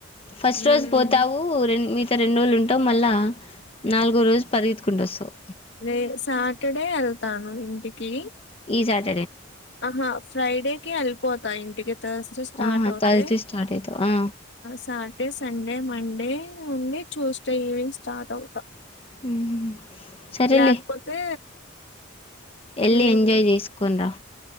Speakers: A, on the left; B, on the left.
A: ఫస్ట్
B: హ్మ్.
A: రోజు పోతావు రెం మీ ఇకా రెండు రోజులు ఉంటావు మళ్ళా నాలుగో రోజు పరిగెత్తుకుంటూ వస్తావు
B: నే సాటర్డే వెళ్తాను ఇంటికి
A: ఇ సాట్
B: ఆహా ఫ్రైడేకి హల్ప్పోతాయి ఇంటికి థర్స్డే స్టార్ట్
A: ఆహా
B: అవుతే
A: థర్స్డే స్టార్ట్ అవుతావు ఆ
B: సాటర్డే సండే మండే ఉండి ట్యూస్డే ఈవినింగ్ స్టార్ట్ అవు
A: హ్మ్ సరేలే
B: లేకపోతే
A: ఎళ్లి
B: హ్మ్.
A: ఎంజాయ్ చేసుకొని రా